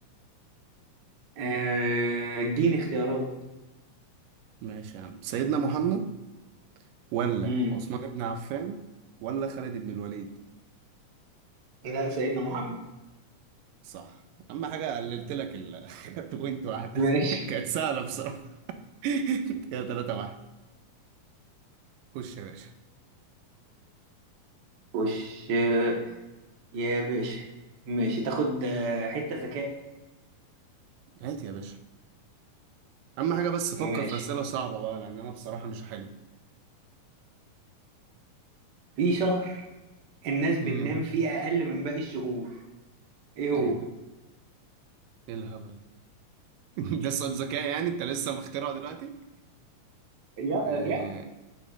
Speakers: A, on the right; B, on the right.
A: آه، اديني اختيارات
B: ماشي يا عم سيدنا محمد ولا
A: مم.
B: عثمان بن عفان ولا خالد بن الوليد؟
A: لا سيدنا محمد
B: صح اهم حاجة قللت لك ال <laughs> بوينت واحدة
A: ماشي
B: <laughs> كانت سهلة بصراحة <laughs> كده تلاتة واحد خش يا باشا
A: وش آه، يا باشا ماشي تاخد آه، حتة ذكاء
B: هات يا باشا أهم حاجة بس فكر
A: ماشي
B: في أسئلة صعبة بقى لأن أنا بصراحة مش هحل
A: في شهر الناس بتنام
B: امم
A: فيه اقل من باقي الشهور ايه هو
B: إيه ده؟ إيه الهبل ده؟ <laughs> ده سؤال ذكاء يعني أنت لسه مخترعه دلوقتي؟
A: يا
B: آه
A: جاو